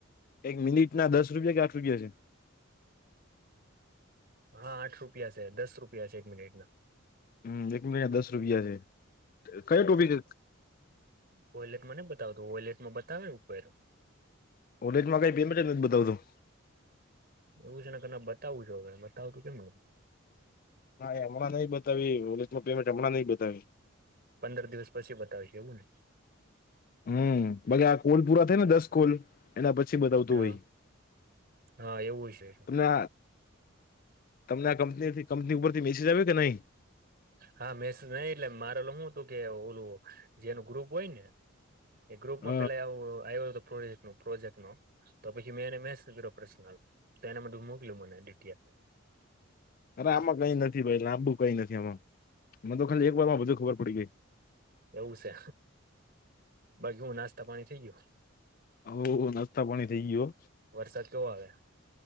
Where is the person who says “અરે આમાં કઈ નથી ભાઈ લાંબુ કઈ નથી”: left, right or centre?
Left